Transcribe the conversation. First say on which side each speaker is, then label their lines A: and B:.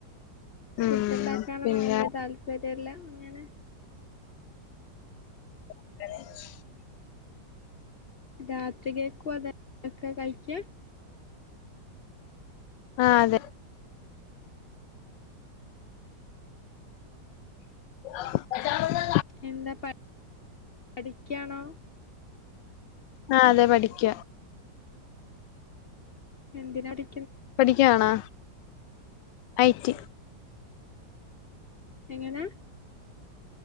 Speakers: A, on the left (about 80°); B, on the left (about 60°).
A: ഉം
B: ഫുഡ് ഉണ്ടാക്കാനൊന്നും
A: പിന്നെ
B: വല്ല്യ താല്പര്യ രില്ല അങ്ങനെ
A: <unintelligible>
B: രാത്രി ക്കേക്കും അതൊക്കെ കഴിക്ക
A: ആ അതെ <unintelligible>
B: എന്താ പഠിക്ക്യാണോ
A: ആഹ അതെ പഠിക്ക്യ
B: എന്തിനാടി
A: പഠിക്കാണാ ഐടി
B: എങ്ങനാ